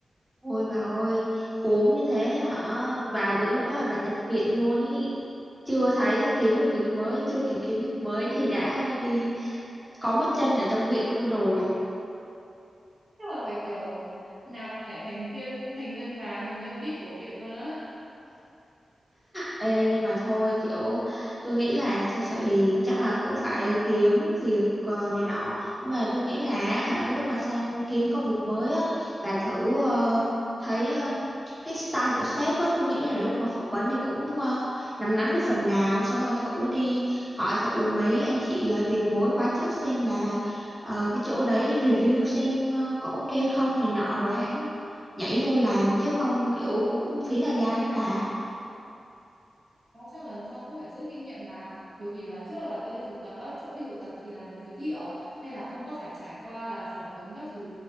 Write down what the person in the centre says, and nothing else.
ôi bà ơi uống như thế hả vài bữa nữa là bà nhập viện luôn ý chưa thấy kiếm được việc mới chưa kịp kiếm việc mới thì đã đi có một chân ở trong viện luôn rồi
Ê, nhưng mà thôi kiểu tôi nghĩ là thật sự thì chắc là cũng phải kiếm việc ờ, này nọ nhưng mà tôi nghĩ là hả, lúc mà sang kiếm công việc mới á bà thử ờ, thấy ờ, cái style của sếp á tôi nghĩ là lúc mà phỏng vấn thì cũng ờ, nắm nắm được phần nào xong rồi thử đi hỏi thử mấy anh chị ờ, tiền bối khóa trước xem là ờ, cái chỗ đấy review xem ờ, có ok không này nọ rồi hãng nhảy vô làm chứ không kiểu cũng phí thời gian đó bà